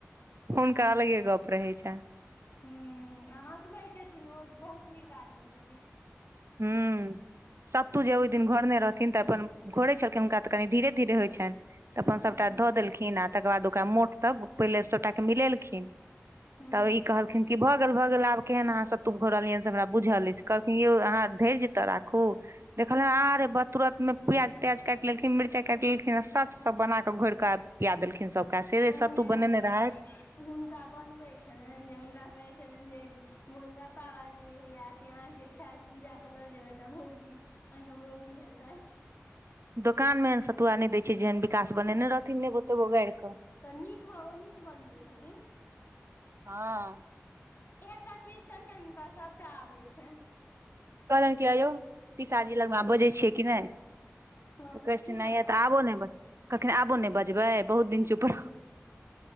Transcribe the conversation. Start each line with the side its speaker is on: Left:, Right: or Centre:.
Right: हुनका अलगे गप रहै छनि
Left: ह आ हँसबै छथिन ओ बहुत नीक आदमी छथिन
Right: हूँ सत्तू जे ओहि दिन घोरने रहथिन तऽ अपन घोरे छलखिन हुनका तऽ कनि धीरे धीरे होइत छनि तऽ अपन सभटा
Left: हूँ
Right: धऽ देलखिन आ तकर बाद ओकरा मोटसँ पहिले सभटाके मिलेलखिन
Left: हूँ
Right: तऽ ई कहलखिन कि भऽ अगल भ गेल आब केहन अहाँ सत्तूप घोरलियनि से हमरा बुझल अछि कहलखिन यौ अहाँ धैर्यज ते राखू देखलनि आरे ब तुरत मे प्याज त्याज काटि लेलखिन मिरचाई काटि लेलखिन सट सभ बना कऽ घोरि कऽ आब पिया देलखिन सभका से रे सत्तू
Left: हुनका
Right: बनेने रहथि
Left: हुनका बनबैत छलनि जे हुनका कहैत छलनि जे गोलगप्पावाली ह अथी अहाँके छठि पूजाके लऽ जेयबै ने भौजी अहाँके भौजी हेतथि
Right: दोकान मे एहन सतुआ नहि दय छै जेहन विकास बनेने रहथिन नेबो तेबो गार
Left: तऽ नीक ब ओ नीक बनबैत छथिन
Right: हँ
Left: एकटा चीज तऽ छनि हुनका सभटा आबै छनि
Right: कहलनि क य यौ पिसाजी लगमे बजै छियै कि नहि
Left: हँ
Right: तऽ कहै छथिन
Left: की
Right: नहि
Left: कहलकै
Right: तऽ आबो नहि ब कखन आबो नहि बजबै बहुत दिन चुप